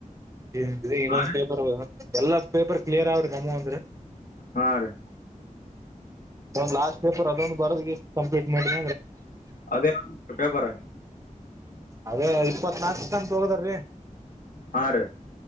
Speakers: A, on the right (about 20°); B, on the left (about 85°).
A: ಏ ಅಗ್ರಿ ಇನ್ನೊಂದ್
B: ಹಾ ರೀ
A: ಪೇಪರ್ ಎಲ್ಲಾ ಪೇಪರ್ ಕ್ಲಿಯರ್ ಅವ್ರಿ ನಮುವು ಅಂತ್ರು
B: ಹಾ ರೀ
A: ಒಂದ್ ಲಾಸ್ಟ್ ಪೇಪರ್ ಅದೊಂದ್ ಬರ್ ಕಂಪ್ಲೀಟ್ ಮಾಡಿದ
B: ಅದೇ ಪೇಪರ
A: ಅದೇ ಇಪ್ಪತ್ನಾಲ್ಕು ಅಂತ ಹೋಗದಾರ್ರಿ
B: ಹಾ ರೀ